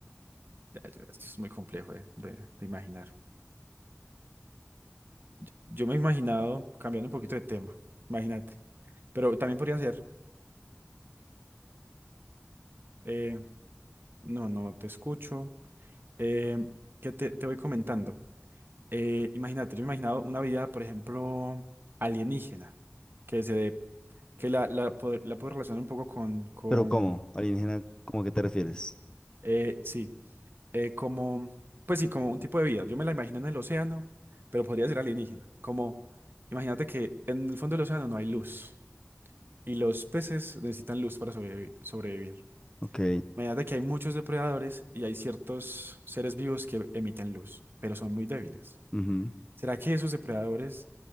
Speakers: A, on the right; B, on the left.
A: ya, ya, esto es muy complejo de, de- de imaginar. Yo, yo me he imaginado, cambiando un poquito de tema, imagínate. Pero también podría ser, eh, no, no, te escucho. Eh, ¿qué te, te voy comentando? Eh, imagínate, yo me he imaginado una vida, por ejemplo, alienígena, que se dé, que la, la, pod- la puedo relacionar un poco con, con,
B: Pero ¿cómo? Alienígena, ¿cómo a qué te refieres?
A: Eh, sí, eh, como, pues sí, como un tipo de vida. Yo me la imagino en el océano, pero podría ser alienígena. Como, imagínate que en el fondo del océano no hay luz y los peces necesitan luz para sobrevi- sobrevivir.
B: Ok.
A: Imagínate que hay muchos depredadores y hay ciertos seres vivos que emiten luz, pero son muy débiles.
B: ujú.
A: ¿Será que esos depredadores